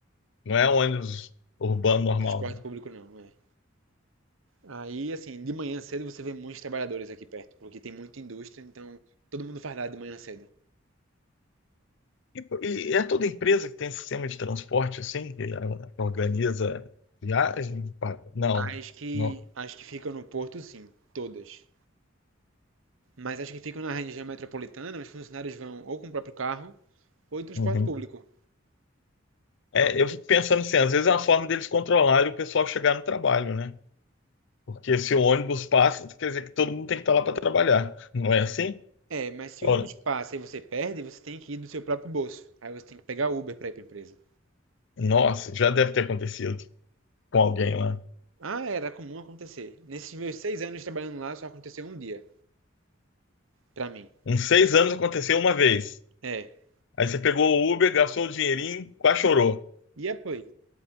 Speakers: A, on the left; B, on the right.
A: Não é ônibus urbano normal,
B: Transporte
A: né?
B: público não, é. Aí, assim, de manhã cedo você vê muitos trabalhadores aqui perto, porque tem muita indústria, então todo mundo fardado de manhã cedo.
A: E, pô, e é toda empresa que tem sistema de transporte assim, que ela organiza viagem? Pa- Não,
B: As que,
A: não.
B: as que ficam no porto, sim, todas. Mas as que ficam na região metropolitana, os funcionários vão ou com o próprio carro ou em transporte
A: Uhum.
B: público.
A: É, eu fico pensando assim, às vezes é uma forma deles controlarem o pessoal chegar no trabalho, né? Porque se o ônibus passa, quer dizer que todo mundo tem que estar lá para trabalhar. Não é assim?
B: É, mas se
A: Olha,
B: o ônibus passa e você perde, você tem que ir do seu próprio bolso. Aí você tem que pegar Uber pra ir pra empresa.
A: nossa, já deve ter acontecido com alguém lá.
B: Ah, era comum acontecer. Nesses meus seis anos trabalhando lá, só aconteceu um dia, pra mim.
A: Uns seis anos aconteceu uma vez.
B: É.
A: Aí você pegou o Uber, gastou o dinheirinho, quase chorou.
B: E apoio?